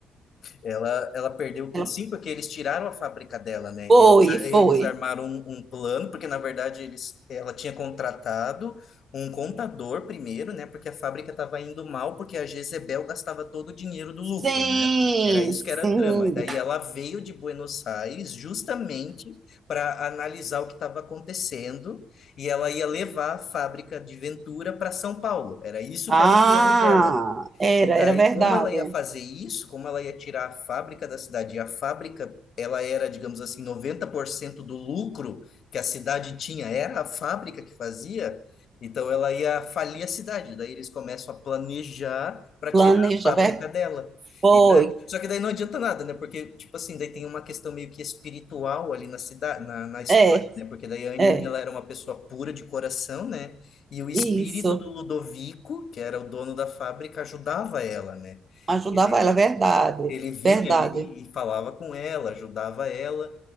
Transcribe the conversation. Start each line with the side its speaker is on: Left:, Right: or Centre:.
Left: Ela, ela perdeu tudo,
Right: Ela
Left: sim, porque eles tiraram a fábrica dela, né?
Right: foi,
Left: Eles, eles
Right: foi.
Left: armaram um, um plano, porque na verdade eles, ela tinha contratado um contador primeiro, né? Porque a fábrica estava indo mal, porque a Jezebel gastava todo o dinheiro do
Right: Sim,
Left: lucro, né? Era isso que era
Right: sim.
Left: a trama. E daí ela veio de Buenos Aires justamente para analisar o que estava acontecendo e ela ia levar a fábrica de Ventura para São Paulo. Era isso
Right: Ah,
Left: que era o plano dela.
Right: era,
Left: E daí,
Right: era verdade.
Left: como ela ia fazer isso, como ela ia tirar a fábrica da cidade, e a fábrica, ela era, digamos assim, 90% do lucro que a cidade tinha, era a fábrica que fazia, então ela ia falir a cidade. Daí eles começam a planejar para
Right: Planeja,
Left: tirar a fábrica
Right: ver-
Left: dela.
Right: foi.
Left: E daí- só que daí não adianta nada, né? Porque, tipo assim, daí tem uma questão meio que espiritual ali na cidade, na, na história,
Right: É,
Left: né? Porque daí a Aninha,
Right: é,
Left: ela era uma pessoa pura de coração, né? E o espírito
Right: isso.
Left: do Ludovico, que era o dono da fábrica, ajudava ela, né?
Right: Ajudava
Left: Ele,
Right: ela, é verdade,
Left: ele vinha
Right: verdade.
Left: ali e falava com ela, ajudava ela.